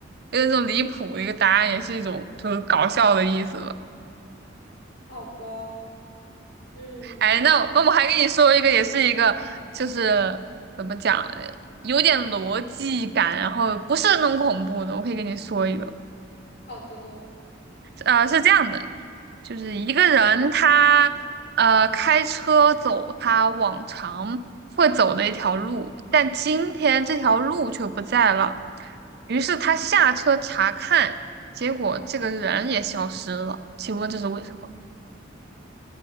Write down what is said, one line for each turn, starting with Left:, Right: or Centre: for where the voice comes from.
Right: 有点这种离谱的一个答案，也是一种就是搞笑的意思吧。
Left: 好吧，嗯，
Right: 哎，那我那我还跟你说一个，也是一个，就是怎么讲，有点逻辑感，然后不是那种恐怖的。我可以跟你说一个，
Left: 好的。
Right: 呃，是这样的，就是一个人他呃开车走他往常会走的一条路，但今天这条路却不在了，于是他下车查看，结果这个人也消失了。请问这是为什么？